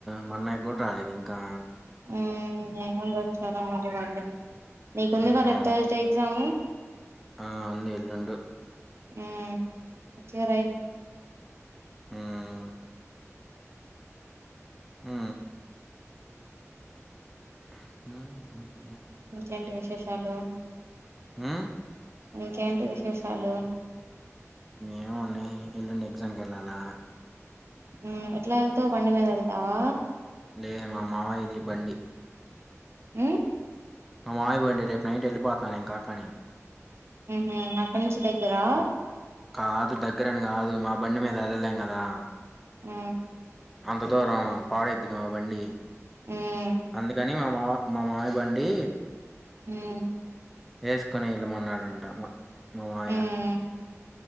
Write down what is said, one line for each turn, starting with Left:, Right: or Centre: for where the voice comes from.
Centre: మా అన్నాయక్కూడా రాలేదు ఇంకా
Right: ఏమో లే వస్తె రాని లేకపోతే పోని లే నీకు ఉంది
Centre: హుహు.
Right: కదా ట్యూస్డే ఎగ్జామ్
Centre: ఆ ఉంది ఇల్ండు
Right: హ్మ్మ్ మంచిగా రాయి
Centre: హ్మ్మ్ హూ హూ
Right: ఇంకెంటి విశేషాలు
Centre: హూ
Right: ఇంకేంటి విశేషాలు
Centre: ఏముంటాయి ఎల్లుండి ఎగ్జామ్ కెళ్ళాలా
Right: హూ ఎట్లా ఎల్తవ్ బండి మీదెల్తావా
Centre: లే మా మామయిది బండి
Right: ఊ
Centre: మా మామయ బండి రేపు నైట్ ఎల్లిపోతానింకా కానీ
Right: ఉహూ అక్కడి నుంచి దగ్గరా
Centre: కాదు దగ్గరని గాదు మా బండి మీద ఎల్లలేం గదా
Right: ఉహు
Centre: అంత దూరం పాడయింది గా బండి
Right: మ్మ్
Centre: అందుకని మా మా మా మామయ బండి
Right: హూ
Centre: ఏసుకొని వెళ్ళమన్నాడంట మ మా మామయ్య
Right: మ్మ్